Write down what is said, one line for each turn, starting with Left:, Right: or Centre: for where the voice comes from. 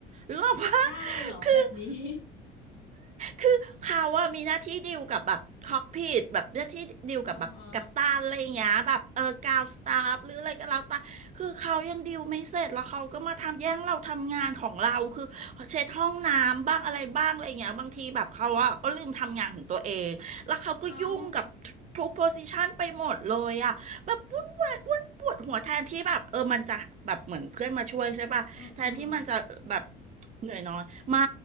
Right: หรือเปล่า
Left: ได้เหรอแบบนี้
Right: <laughs> คือเขาว่ามีหน้าที่ดีลกับแบบคอกพิทแบบหน้าที่ดีลกับแบบกัปตันอะไรอย่างเงี้ยแบบเออกาวสตาฟหรืออะไรก็แล้วแต่คือเขายังดีลไม่เสร็จแล้วเขาก็มาทำแย่งเราทำงานของเราคือเช็ดห้องน้ำบ้างอะไรบ้างอะไรอย่างเงี้ยบางทีแบบเขาอะก็ลืมทำงานของตัวเองแล้วเขาก็ยุ่งกับ
Left: <laughs> อ๋อฮะเอา
Right: ทุกโพซิชันไปหมดเลยอะแบบวุ่นวายวุ่นปวดหัวแทนที่แบบเออมันจะแบบเหมือนเพื่อนมาช่วยใช่ป่ะแทนที่มันจะแบบ
Left: อืม อืม
Right: เหนื่อยน้อยไม่